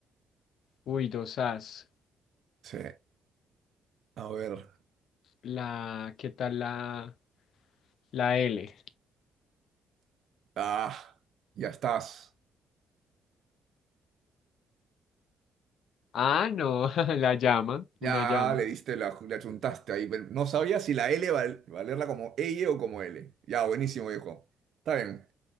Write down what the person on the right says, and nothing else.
Sí. A ver.
Ah, ya estás.
Ya
le diste la, le achuntaste ahí. pero No sabía si la L val- valerla como L o como L. Ya, buenísimo, viejo. Está bien.